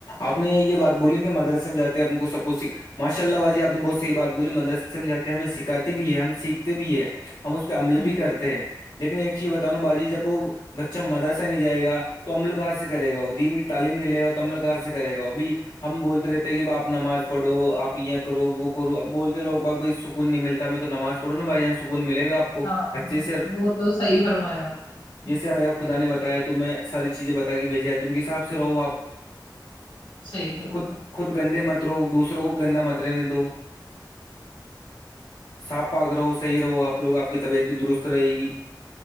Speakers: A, on the left; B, on the left.
A: آپ نے یہ بات بولی ن کہ مدرسے میں جاتے ہیں آ کو سب کھ سھ ماشاء اللہ باجی آپ نے بہت صحی بات بولی مرس سے میں جاتے ہیں ہمیں سکھاتے بھی ہے ہم سیکھتے بھی ہیں ہم اس پہ عمل
B: ہوں
A: بھی کرتے
B: ہوں
A: ہیں لیکن ایک چیز بتانا باجی جب وہ بچہ مدر ا نہیں جائے گا تو املکار سے کرے گا وہ دین کی تعلیم نہیں لے گا تو املکار سے کرے گا وہبھی ہم بولتے رہتے ہیں کہ اب آپ نماز پڑھو آپ یہ کرو وہ کرو اب بولتے لو باب نہیں ملتا میں تو نماز پڑو نا بھائی جان سکون ملے گا آپ کو
B: ہاں
A: اچھے
B: وہ تو صحیح فرمایا نے ہوں،
A: جسے میرا خدا نے بتا تا ہے تو میں ساری چیزیں بتا کے بھیجا ہے تو ان کے حساب سے رہو آپ
B: صحیح فرمایا
A: خود خود گندے مت رہو دوسروں کو بھی گندا مت رہنے دو صاف پاک رہو صحیح رہو آپ لوگ آپ کی طبیعت بھی درست رہے گی